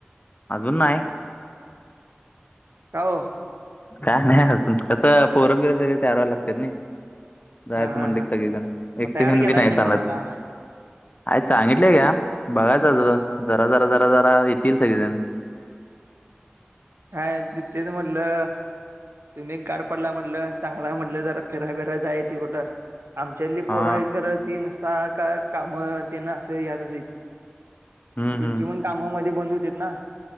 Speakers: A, on the left (about 40°); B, on the right (about 80°).
A: अजून नाही.
B: का ओ?
A: काय नाही अजून, कसं पोर बीर सगळी तयार वायला लागत्यात नाही. जायचं
B: हा हा
A: म्हणल
B: हा
A: की सगळीजण, एकट
B: मग तयार
A: येऊन
B: केला
A: बी नाही
B: की
A: चालत.
B: कोणाला
A: आ सांगितलेय घ्या, बघायचं त जरा जरा जरा जरा येतील सगळी जण.
B: काय तेच म्हटलं तुम्ही एक गाडपडला म्हटलं चांगला म्हटलं जरा फिराय फिराय जाय ती कुठं. आमच्या इथली
A: हा
B: पोरं आहेत खरं ते नुसता का काम ते न असं यातच आहेत.
A: हम्म
B: त्यांचे
A: हम्म
B: पण कामामध्ये बंद होतीतना?